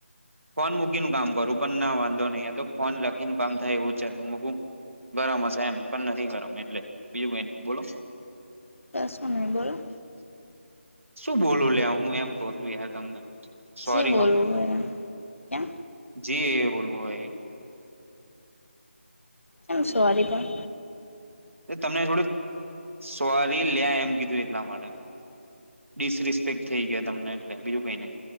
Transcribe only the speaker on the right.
ફોન મૂકી ની હું કામ કરું પણ ના વાંધો નહી તો ફોન લખીને કામ થાય એવું છે તો મૂકું. ગરમ હશે એમ પણ નથી ગરમ એટલે બીજું કઈ ન બોલો.
શું બોલું લે હું એમ કહું યાર તમને. સોરી
જી એ બોલવું એ.
એ તમને થોડું સોરી લે એમ કીધું એટલા માટે ડિસરિસ્પક્ટ થઈ ગયા તમને એટલે બીજું કઈ નહી.